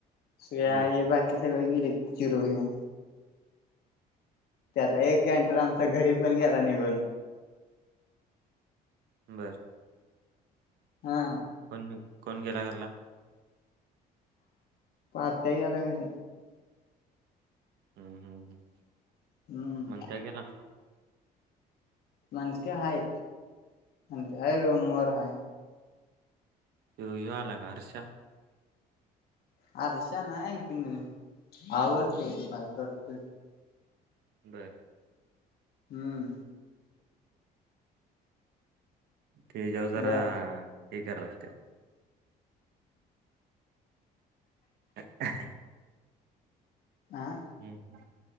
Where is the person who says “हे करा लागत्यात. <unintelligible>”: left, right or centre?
Right